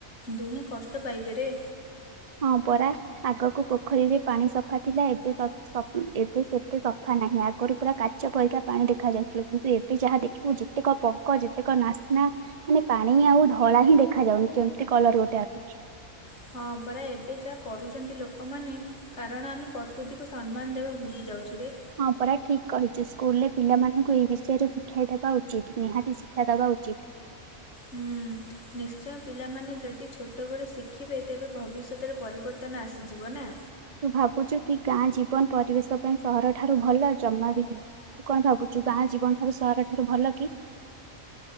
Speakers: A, on the left (about 55°); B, on the right (about 50°).
A: ଦୁହେଁ କଷ୍ଟ ପାଇବେରେ।
B: ହଁ ପରା ଆଗକୁ ପୋଖରୀରେ ପାଣି ସଫା ଥିଲା ଏବେ ସଫ ଏବେ ସେତେ ସଫା ନାହିଁ ଆଗରୁ ପୁରା କାଚ ପରିକା ପାଣି ଦେଖା ଯାଉଥିଲା କିନ୍ତୁ ଏ ଯାହା ଦେଖିବୁ ଯେତେକ ପଙ୍କ ଯେତେକ ନାସ୍ନା ମାନେ ପାଣି ଆଉ ଧଳା ହିଁ ଦେଖାଯାଉନି କେମିତି କଲର ଗୋଟେ ଆସୁଛି।
A: ହଁ ପରା ଏବେ ଯାହା କରୁଛନ୍ତି ଲୋକମାନେ କାରଣ ଆମେ ପ୍ରକୃତିକୁ ସମ୍ମାନ ଦେବା ଭୁଲି ଯାଉଛୁ ରେ।
B: ହଁ ପରା ଠିକ କହିଛୁ ସ୍କୁଲ ରେ ପିଲାମାନଙ୍କୁ ଏ ବିଷୟରେ ଶିଖାଇ ଦେବା ଉଚିତ୍ ନିହାତି ଶିକ୍ଷା ଦବା ଉଚିତ୍।
A: ହୁଁ। ନିଶ୍ଚୟ ପିଲାମାନେ ଯଦି ଛୋଟବେଳୁ ଶିଖିବେ ତେବେ ଭବିଷ୍ୟତରେ ପରିବର୍ତ୍ତନ ଆସିଯିବ ନା।
B: ତୁ ଭାବୁଚୁ କି ଗାଁ ଜୀବନ ପରିବେଶ ପାଇଁ ସହର ଠାରୁ ଭଲ ଜମା ବି ନୁହେଁ। ତୁ କଣ ଭାବୁଛୁ ଗାଁ ଜୀବନ ଠାରୁ ସହର ଠାରୁ ଭଲ କି?